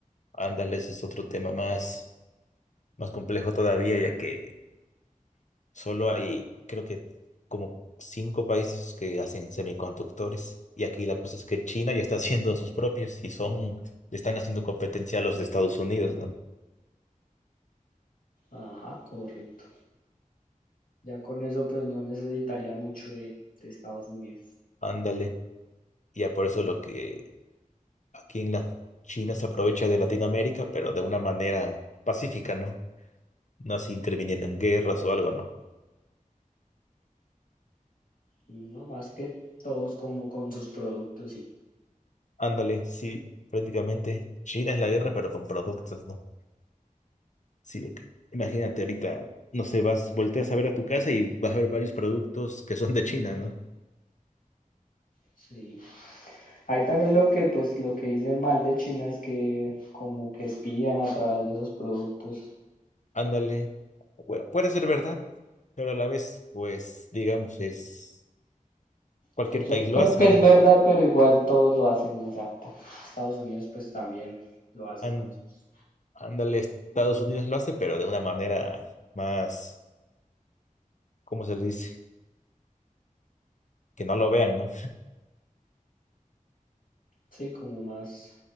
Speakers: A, on the left; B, on the left.
A: Ándale, ese es otro tema más, más complejo todavía, ya que solo hay, creo que como cinco países que hacen semiconductores. Y aquí la cosa es que China ya está <laughs> haciendo sus propios y son, le están haciendo competencia a los de Estados Unidos, ¿no?
B: Ajá, correcto. Ya con eso pues no necesitaría mucho de, de Estados Unidos.
A: Ándale. Ya por eso lo que aquí en la China se aprovecha de Latinoamérica, pero de una manera pacífica, ¿no? No así interviniendo en guerras o algo, ¿no?
B: No más que todos como con sus productos, sí.
A: Ándale, sí, prácticamente China es la guerra, pero con productos, ¿no? Sí, porque imagínate ahorita, no sé, vas, volteas a ver a tu casa y vas a ver varios productos que son de China, ¿no?
B: Sí. Ahí también lo que pues lo que dicen mal de China es que como que espían a través de esos productos.
A: Ándale. Bueno, puede ser verdad, pero a la vez, pues, digamos, es cualquier
B: Pues yo
A: país
B: creo
A: lo hace,
B: que
A: ¿no?
B: es verdad, pero igual todos lo hacen, exacto. Estados Unidos pues también lo hace
A: Án-
B: con sus,
A: ándale, Estados Unidos lo hace, pero de una manera más, ¿cómo se le dice? Que no lo vean, ¿no?
B: sí, como más